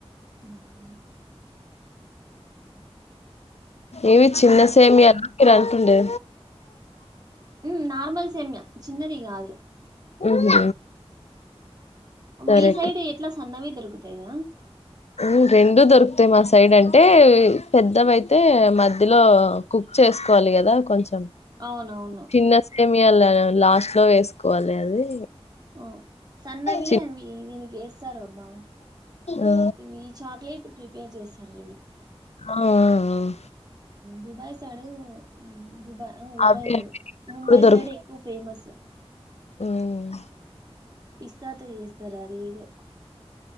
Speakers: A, on the right; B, on the left.
A: ఊమ్
B: ఇవి
A: ఇంకేమో?
B: చిన్న సేమియాల కాలుతుండే
A: ఉమ్ నార్మల్ సేమ్య చిన్నది కాదు
B: ఉహు సరే
A: మీ సైడ్ ఎట్లా సన్నవిదరుకుదు తయా
B: ఉ రెండు దొరుకుతాయి. మా సైడ్ అంటే పెద్దవయితే మధ్యలో కుక్ చేసుకోవాలి కదా కొంచెం
A: అవునవును
B: చిన్న సెమీయ ఇల లాస్ట్ లో వేసుకోవాలి అది
A: ఆవు సన్నవి
B: చి
A: అవి దీనికి ఏస్తారు అబ్బా
B: ఆ
A: ఇవి చాక్లెట్ ప్రిపేర్ చేస్తారు
B: ఆ అ
A: దుబాయ్ సైడ్ దుబా దుబయ్
B: అవే
A: కాదు ముంబై
B: ఇప్పుడు దొరుకు
A: సైడ్ ఎక్కువ ఫేమస్
B: ఉమ్
A: పిస్తాతో చేస్తారు అదిదో